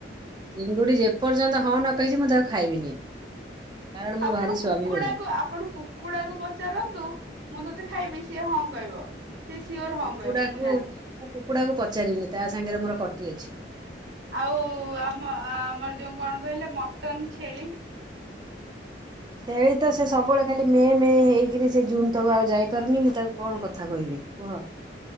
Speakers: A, on the right; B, on the right.
A: ଚିଙ୍ଗୁଡି ପର୍ଯ୍ୟନ୍ତ ହଁ ନା କହିଛି ମୁଁ ତାକୁ ଖାଇବିନି କାରଣ ମୁଁ
B: ଆପଣ
A: ଭାରି ସ୍ୱାଭିମାନୀ
B: କୁକୁଡା କ ଆପଣ କୁକୁଡାକୁ ପଚାରନ୍ତୁ ମୁଁ ତତେ ଖାଇବି ସିଏ ହଁ କହିବ। ସିଏ ସିଓର ହଁ
A: କୁକୁଡା
B: କହିବ
A: କୁ
B: ଜାଣିଛି।
A: ମୁଁ କୁକୁଡା କୁ ପଚାରିବିନି ତା ସାଙ୍ଗରେ ମୋର କଟି ଅଛି।
B: ଆଉ ଆମ ଆମର ଯୋଉ କଣ କହିଲେ ମଟନ ଛେଳି
A: ଛେଳି ତ ସେ ସବୁବେଳେ ଖାଲି ମେ ମେ ହେଇକିରି ସେ ଜୁନ ତକୁ ଆଉ ଯାଇପାରୁନି ମୁଁ ତାକୁ କଣ କଥା କହିବି କୁହ